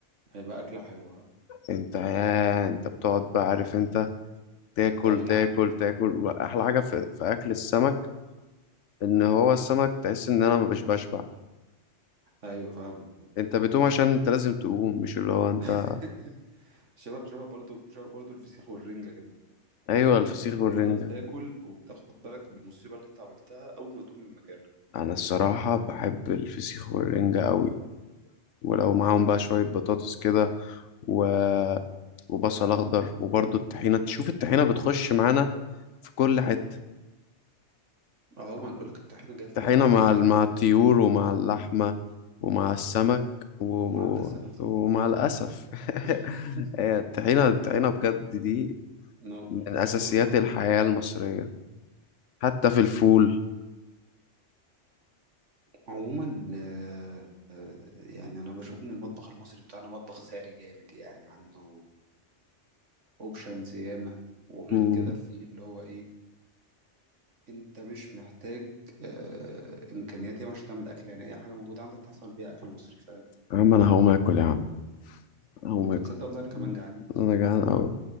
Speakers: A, on the right; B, on the left.
A: هيبقى اكله حلوه ها
B: انت يا انت بتقعد بقى عارف انت تاكل
A: تتدلع
B: تاكل تاكل واحلى حاجة في, في اكل السمك ان هو السمك تحس ان انا مبقاش بشبع
A: ايوه فاهم
B: انت بتقوم عشان انت لازم تقوم مش اللي هو انت
A: <laughs> شبه شبه برضو شبه برضو الفسيخ والرنجه كده
B: ايوه الفسيخ
A: انت بتفضل
B: والرنجة
A: تاكل وبتاخد بالك بالمصيبه اللي انت عملتها اول ما تقوم من مكانك
B: انا الصراحة بحب الفسيخ والرنجة قوي ولو معاهم بقى شوية بطاطس كده و... وبصل اخضر وبرضه الطحينة تشوف الطحينة بتخش معانا في كل حتة
A: اهو ما أنا بقولك الطحينه جايه في
B: طحينة
A: اي حاجه
B: مع
A: عليك
B: ال- مع الطيور ومع اللحمة ومع السمك و...
A: ومع الاسف
B: ومع الأسف
A: <laughs>
B: <laughs> هي الطحينة الطحينة بجد دي
A: نار
B: من أساسيات
A: نار
B: الحياة المصرية حتى في الفول
A: عموما آه، آه، يعني انا بشوف ان المطبخ المصري بتاعنا مطبخ ساري جامد يعني عنده اوبشنز ياما وغير
B: مم.
A: كده في اللي هو ايه انت مش محتاج آه، امكانيات ياما عشان تعمل اكل يعني اي حاجه موجوده عندك تعرف تعمل بيها اكل مصري فاهم
B: يا عم انا هقوم اكل يا عم هقوم
A: هو انا كنت
B: اكل
A: تصدق والله انا كمان جعان
B: انا جعان قوي